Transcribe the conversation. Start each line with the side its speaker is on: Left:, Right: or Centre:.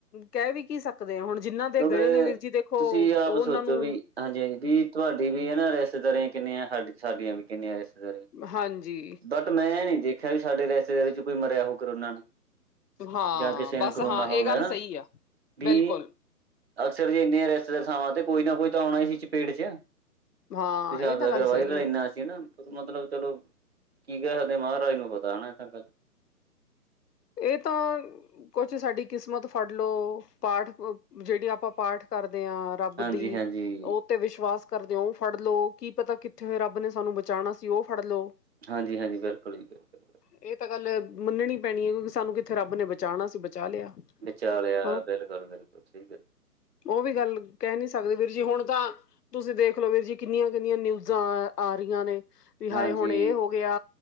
Left: ਕਹਿ ਵੀ ਕੀ ਸਕ ਸਕਦੇ ਆ। ਹੁਣ ਜਿਨ੍ਹਾਂ ਦੇ
Right: ਕਿਉਂਕਿ
Left: ਗਏ ਨੇ ਵੀਰ ਜੀ ਦੇਖੋ,
Right: ਤੁਸੀਂ ਆਪ
Left: ਉਹ ਉਹਨਾਂ
Right: ਸੋਚੋ
Left: ਨੂੰ
Right: ਵੀ ਹਾਂਜੀ-ਹਾਂਜੀ। ਵੀ ਤੁਹਾਡੀ ਵੀ ਹੈਨਾ, ਰਿਸ਼ਤੇਦਾਰੀਆਂ ਕਿੰਨੀਆਂ। ਸਾਡੀਆਂ ਵੀ ਕਿੰਨੀਆਂ ਰਿਸ਼ਤੇਦਾਰੀਆਂ
Left: ਹਾਂਜੀ।
Right: ਬਟ, ਮੈਂ ਨੀ ਦੇਖਿਆ ਵੀ, ਸਾਡੇ ਰਿਸ਼ਤੇਦਾਰੀ 'ਚੌਂ ਕੋਈ ਮਰਿਆ ਹੋਊ, ਕਰੋਨਾ ਨਾ।
Left: ਹਾਂ
Right: ਜਾਂ ਕਿਸੇ
Left: ਬਸ
Right: ਨੂੰ ਕਰੋਨਾ
Left: ਹਾਂ
Right: ਹੋਗਿਆ
Left: ਇਹ ਗੱਲ
Right: ਹਨਾ।
Left: ਸਹੀ ਆ
Right: ਬੀ
Left: ਬਿਲਕੁਲ
Right: ਅਕਸਰ ਜੇ ਇੰਨੀਆਂ ਰਿਸ਼ਤੇਦਾਰ ਥਾਵਾਂ 'ਤੇ। ਕੋਈ ਨਾ ਕੋਈ ਤਾਂ ਆਉਣਾ ਹੀ ਚਪੇਟ 'ਚ
Left: ਹਾਂ
Right: ਤੁਸੀਂ
Left: ਇਹ
Right: ਆਪ ਦੁਆਵਾਂ
Left: ਤਾਂ ਗੱਲ
Right: ਕਰੋ, ਵਾਇਰਲ
Left: ਸਹੀ ਹੈ
Right: ਇੰਨਾਂ ਸੀ ਕੀ ਨਾ, ਮਤਲਬ ਚਲੋ। ਕੀ ਕਹਿ ਸਕਦੇ ਮਾਹਰਾਜ ਨੂੰ ਪਤਾ ਹਨਾ, ਇਹ ਤਾਂ ਗੱਲ।
Left: ਇਹ ਤਾਂ ਕੁਛ ਸਾਡੀ ਕਿਸਮਤ ਫੜਲੋ। ਪਾਠ, ਜਿਹੜੇ ਆਪਾਂ ਪਾਠ ਕਰਦੇ ਆਂ ਰੱਬ
Right: ਹਾਂਜੀ
Left: ਦੀ
Right: ਹਾਂਜੀ
Left: ਉਹ ਤੇ ਵਿਸ਼ਵਾਸ ਕਰਦੇ ਆਂ, ਉਹ ਫੜਲੋ। ਕੀ ਪਤਾ ਕਿੱਥੇ ਰੱਬ ਨੇ ਸਾਨੂੰ ਬਚਾਣਾ ਸੀ, ਉਹ ਫੜਲੋ।
Right: ਹਾਂਜੀ-ਹਾਂਜੀ। ਬਿਲਕੁਲ ਜੀ, ਬਿਲਕੁਲ।
Left: ਇਹ ਤਾਂ ਗੱਲ ਮੰਨਣੀ ਪੈਣੀ ਏ। ਕਿਉਂਕਿ ਸਾਨੂੰ ਕਿੱਥੇ ਰੱਬ ਨੇ ਬਚਾਣਾ ਸੀ ਬਚਾ ਲਿਆ।
Right: ਬਚਾ ਲਿਆ।
Left: ਹਾਂ
Right: ਬਿਲਕੁਲ-ਬਿਲਕੁਲ ਸਹੀ ਗੱਲ।
Left: ਉਹ ਵੀ ਗੱਲ ਕਹਿ ਨੀ ਸਕਦੇ ਵੀਰ ਜੀ। ਹੁਣ ਤਾਂ ਤੁਸੀਂ ਦੇਖਲੋ ਵੀਰ ਜੀ, ਕਿੰਨੀਆਂ-ਕਿੰਨੀਆਂ ਨਿਊਜਾਂ ਅ ਆ ਰਹੀਆਂ ਨੇ ਵੀ ਹਾਏ
Right: ਹਾਂਜੀ
Left: ਹੁਣ ਇਹ ਹੋ ਗਿਆ।